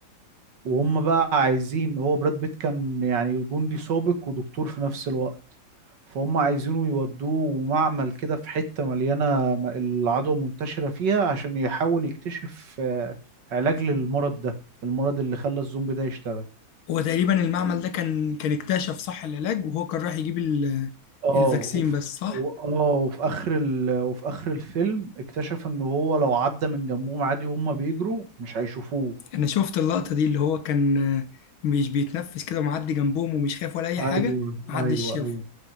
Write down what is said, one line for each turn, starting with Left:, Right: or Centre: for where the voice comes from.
Right: وهم بقى عايزين هو براد بيت كان يعني جندي سابق ودكتور في نفس الوقت فهم عايزينه يودوه معمل كده في حتة مليانة م- العدوى منتشرة فيها عشان يحاول يكتشف آه، علاج للمرض ده المرض اللي خلى الزومبي ده يشتغل
Left: هو تقريبا المعمل ده كان كان اكتشف صح العلاج وهو كان رايح يجيب ال-
Right: اه
Left: الفاكسين
Right: وف...
Left: بس صح
Right: و- اه وفي اخر ال... وفي اخر الفيلم اكتشف ان هو لو عدى من جنبهم عادي وهم بيجروا مش هيشوفوه
Left: انا شفت اللقطة دي اللي هو كان آه، مش بيتنفس كده ومعدي جنبهم ومش خايف ولا اي
Right: ايوه
Left: حاجة محدش
Right: ايوه
Left: شافه
Right: ايوه